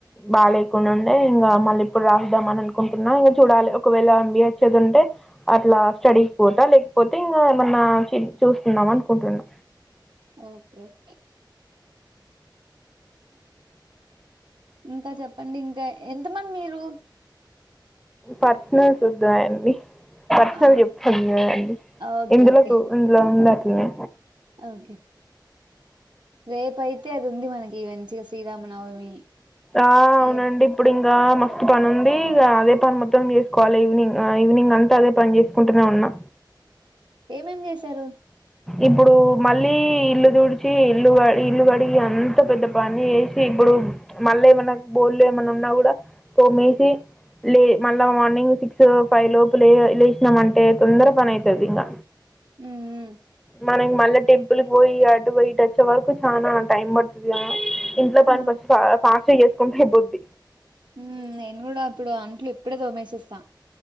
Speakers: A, in the centre; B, on the right.
A: బాగా లేకుండిండే. ఇంగా మళ్ళీ ఇప్పుడు రాద్దాం అని అనుకుంటున్నా. ఇంగా చూడాలి ఒకవేళ ఎం. బి. ఎ వచ్చేది ఉంటే అట్లా స్టడీ పోత లేకపోతే ఇంగా. ఏమన్నా చి చూసుకుందామా అనుకుంటున్నా.
B: ఓకే ఓకే ఇంకా చెప్పండి. ఇంకా ఎంత మంది మీరు
A: పర్సనల్స్ వద్దు అండి పర్సనల్
B: ఆ
A: చెప్పుడు ఉండదండి.
B: ఓకే
A: ఇందులో
B: ఓకే
A: కు ఇందులో ఉండాద్ ఇవి
B: ఓకే రేపయితే అది ఉంది మనకి మంచిగ శ్రీరామనవమి
A: ఆ అవునండి
B: రేపు
A: ఇప్పుడు ఇంకా మస్తు పని ఉంది ఇగ అదే పని మొత్తం చేసుకోవాలి ఈవినింగ్ ఈవినింగ్ అంత అదే పని చేసుకుంటనే ఉన్నా
B: ఏమేం చేసారు
A: ఇప్పుడు మళ్ళీ ఇల్లు తుడ్చి ఇల్లు ఇల్లు కడిగి అంత పెద్ద పని చేసి ఇప్పుడు మళ్ళా ఏమన్నా బోళ్ళు ఏమన్నా ఉన్నా కూడా తోమేసి లే మళ్ళా మార్నింగ్ సిక్స్ ఫైవ్ లోపు లే లేసినమంటే తొందర పని అయితది ఇంగ
B: ఉమ్ ఉమ్
A: మనక్ మల్లోటె తుల్ కి పొయి అటు పోయి ఇటు వచ్చేవారుకు చానా టైం పడుతుంది. గధ ఇంట్లో పని
B: ఆ,
A: కో సాక్షం చేసుకుంటే ఆయిపోంది.
B: ఉమ్ నేను కూడా ఇప్పుడు అంట్లు ఇప్పుడే తోమేసి ఇస్తా.